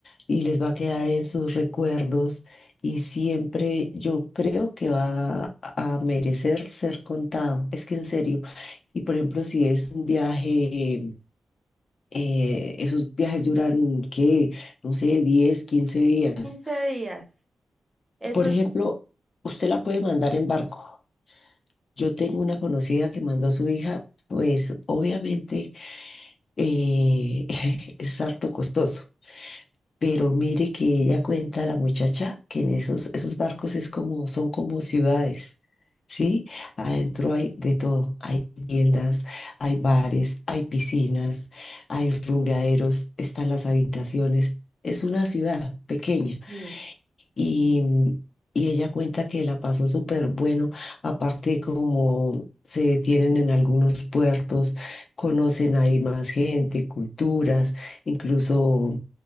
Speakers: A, on the left; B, on the right.
A: y les va a quedar en sus recuerdos y siempre yo creo que va a a merecer ser contado, es que en serio. Y por ejemplo, si es un viaje, eh, esos viajes duran, ¿qué? No sé, 10 15 días.
B: 15 días. Eso,
A: Por ejemplo, usted la puede mandar en barco. Yo tengo una conocida que mandó a su hija, pues obviamente eh, <laughs> es harto costoso, pero mire que ella cuenta, la muchacha, que en esos, esos barcos es como, son como ciudades, ¿sí? Adentro hay de todo, hay tiendas, hay bares, hay piscinas, hay rumbeaderos, están las habitaciones, es una ciudad pequeña
B: sí.
A: y, y ella cuenta que la pasó súper bueno, aparte como se detienen en algunos puertos, conocen ahí más gente, culturas, incluso